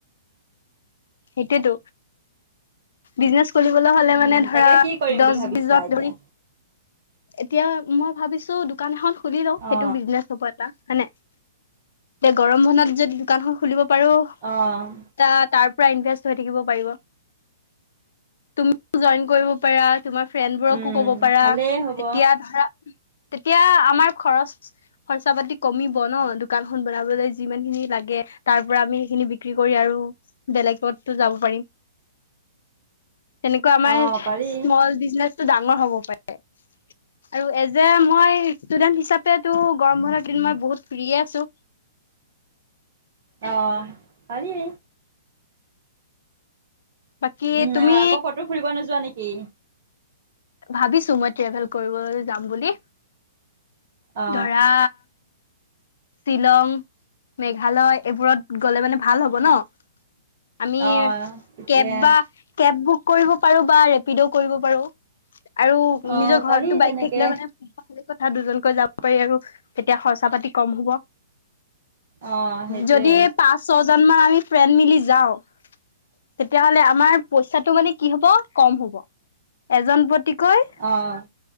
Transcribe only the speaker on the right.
উম
তাকে কি কৰিম
বুলি ভাবিছা
এতিয়া
অ
অ'।
উম
ভালেই হ'ব
অ পাৰি
অ, পাৰি।
উ,
কটো ফুৰিব নোযোৱা নেকি?
অ
অ তেতিয়া
অ
পাৰি
তেনেকে
অ সেইটোৱে
অ'।